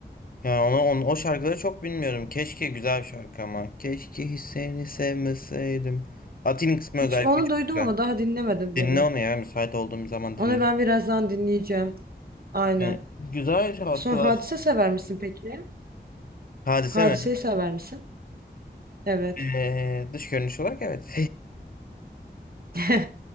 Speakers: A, on the left; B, on the right.
A: yani onu, onu- o şarkıları çok bilmiyorum. Keşke güzel bir şarkı ama. Keşke hiç seni sevmeseydim. Atilla'nın kısmı
B: Hiç
A: özellikle
B: onu
A: çok
B: duydum
A: güzel.
B: ama daha dinlemedim
A: Dinle
B: böyle.
A: onu ya müsait olduğum zaman dinle.
B: Onu ben birazdan dinleyeceğim. Aynen.
A: Yani güzel şarkılar.
B: Sonra Hadise sever misin peki?
A: Hadise
B: Hadise'yi
A: mi?
B: sever misin? Evet.
A: Ee, dış görünüş olarak evet.
B: <laughs>